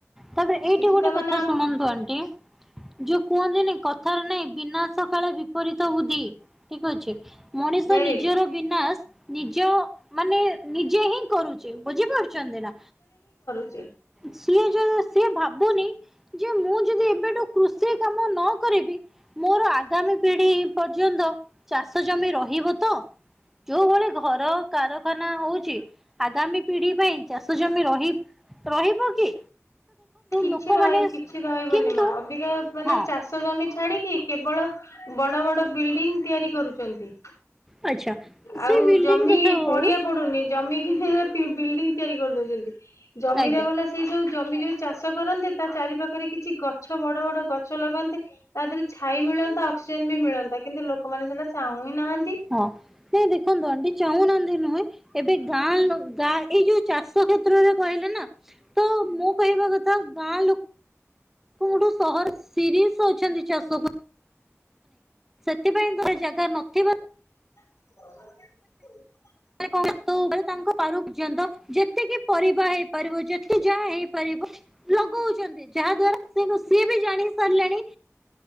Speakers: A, in the centre; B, on the left.
A: ତମେ ଏଇଠି
B: କିଛି
A: ଗୋଟେ
B: ତ ମାନେ
A: କଥା ଶୁଣନ୍ତୁ ଆଣ୍ଟି ଯୋଉ କୁହ ନ୍ତିନି କଥାରେ ନାଇଁ ବିନାଶ କାଳେ ବିପରୀତ ଠିକ୍ ଅଛି ମଣିଷ
B: ଭେରି
A: ନିଜର
B: ଗୁଡ
A: ବିନାଶ ନିଜ ମାନେ ନିଜେ ହିଁ କରୁଚି ବୁଝିପାରୁଛନ୍ତି ନା।
B: ଚେ
A: ସିଏ ଯ ସିଏ ଭାବୁନି ଯେ ମୁଁ ଯଦି ଏବେଠୁ କୃଷି କାମ ନ କରିବି ମୋର ଆଗାମୀ ପିଢି ପର୍ଯ୍ୟନ୍ତ ଚାଷ ସେ ଜମି ରହିବ ତ? ଯୋଉ ଭଳି ଘର କାରଖାନ ହୋଉଛି ଆଗାମୀ ପିଢି ପାଇଁ ଚାଷ ଜମି ରହିବ୍ ରହିବ କି?
B: କିଛି
A: ଲୋକମାନେ
B: ରହ କିଛି ରହିବନି
A: କିନ୍ତୁ
B: ମା ଅବିକା ମାନେ
A: ହଁ
B: ଚାଷ ଜମି ଛାଡିକି କେବଳ ବଡ ବଡ ବିଲ୍ଡିଂ ତିଆରି କରୁଛନ୍ତି ।
A: ଆଚ୍ଛା
B: ଆଉ
A: ସେଇ ବିଲ୍ଡିଂ
B: ଜମି
A: କଥା ହଉ
B: ପଡିଆ ପଡୁନି ଜମି କି ସେ ଫ ପିବି ବିଲ୍ଡିଂ ତିଆରି କରିଦୋଉଚନ୍ତି। ଜମିରେ
A: ଆଜ୍ଞା
B: ବଲା ସେଇ ଯେଉଁ ଜମିି ଜୋଚ୍ ଚାଷ କରନ୍ତେ ଚାରି ପାାଖରେ କିଛି ଗଛ ବଡ ବଡ ଗଛ ଲଗାନ୍ନନ୍ତି ତା ଦେହରେ ଛାଇ ମିଳନ୍ତା ଅକ୍ସିଜେନ ବି ମିଳନ୍ତା କିନ୍ତୁ ଲୋକମାନେ ସେଟା ଚାହୁଁ ହଁ ନାହାନ୍ତି।
A: ହଁ ନଇଁ ଦେଖନ୍ତୁ ଆଣ୍ଡି ଚାହୁଁନାହାନ୍ତି ନୁହେଁ ଏବେ ଗାଁ ଗାଁ ଏଇ ଯୋଉ ଚାଷ କ୍ଷେତ୍ରରେ କହିଲେ ନା ତ ମୁଁ କହିବା କଥା ଗାଁ ଲୋକ ଗୋଠୁ ସହର ସିରିସ ଶୋଉ ଅଛନ୍ତି ଚାାଷକୁ ସେଥିପାଇଁ ତୋର ଜାଗା ନଥିବ
B: <inaudible>
A: ତାଙ୍କ ପାରୁ ପର୍ଯ୍ୟନ୍ତ ଯେତିକି ପରିବା ହେଇପାରିବ ଯେତିକି ଯାହା ହେଇପାରିବ ଲଗୋଉ ଚନ୍ତି ଯାହା ଦ୍ଵାରା ସିଏ ବି ଜାଣି ସାରିଲାଣି